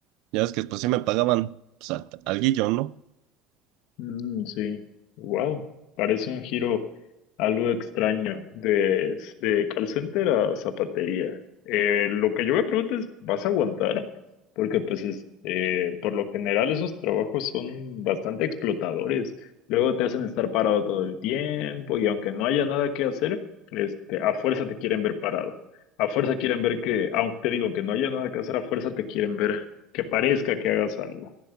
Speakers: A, on the right (about 65°); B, on the left (about 65°).
A: Ya es que después sí me pagaban, pues, al- alguillo, ¿no?
B: Mm, sí, wow, parece un giro algo extraño de, de call center a zapatería. Eh, lo que yo me pregunto es, ¿vas a aguantar? Porque pues es- eh, por lo general esos trabajos son bastante explotadores. Luego te hacen estar parado todo el tiempo y aunque no haya nada que hacer, este, a fuerza te quieren ver parado. A fuerza quieren ver que, aunque te digo que no haya nada que hacer, a fuerza te quieren ver que parezca que hagas algo.